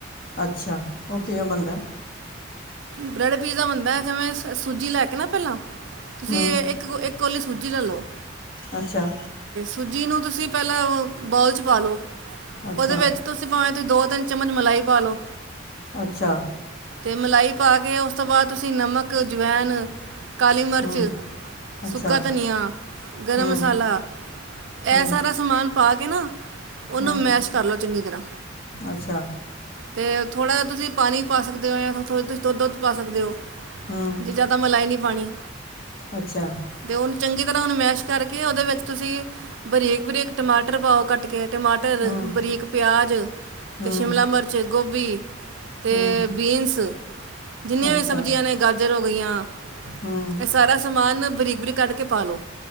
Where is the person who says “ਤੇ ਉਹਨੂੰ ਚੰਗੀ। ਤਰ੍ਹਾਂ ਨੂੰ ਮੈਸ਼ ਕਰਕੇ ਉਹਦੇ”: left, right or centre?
Right